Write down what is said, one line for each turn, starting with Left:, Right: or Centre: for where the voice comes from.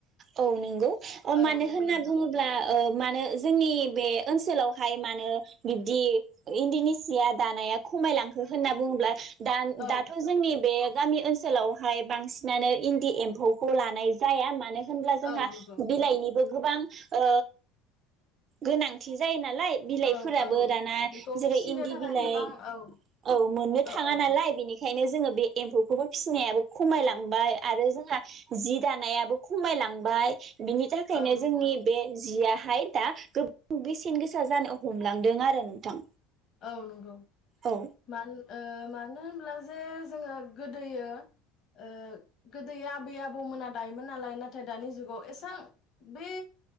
Right: औ नंगौ मानो
Left: औ नंगौ
Right: होनना
Left: नोंथां
Right: बुङोब्ला ओ मानो जोंनि बे ओनसोलावहाय मानो बिब्दि इनदिनि सिया दानाया खमायलांखो होनना बुङोब्ला दा
Left: औ
Right: दाथ' जोंनि बे गामि ओनसोलावहाय बांसिनानो इन्दि एम्फौखौ लानाय जाया मानो मानो होनब्ला जोंहा
Left: औ नंगौ
Right: बिलाइनिबो गोबां ओ गोनांथि जायो ना लाय बिलाइफोराबो
Left: औ औ
Right: दाना
Left: बेखौ
Right: जेरै
Left: फिसिनो
Right: इन्दि
Left: थाखाय
Right: बिलाइ
Left: गोबां औ
Right: औ मोननो
Left: औ
Right: थाङा
Left: औ
Right: नालाय बेनिखायनो जों जोङो बे एम्फौखौबो फिसिनायाबो खमायलांबाय आरो जोंहा जि दानायाबो खमायलांबाय बिनि थाखायनो
Left: औ नंगौ
Right: जोंनि बे जिया हाय दा गोबां बेसेन गोसा जानो हमलांदों आरो नोंथां
Left: औ नंगौ
Right: औ
Left: मान ओ मानो होन हला जे जोङो गोदोयो ओ गोदोयो आबै आबौमोना दायोमोन नालाय नाथाय दानि जुगाव एसां बै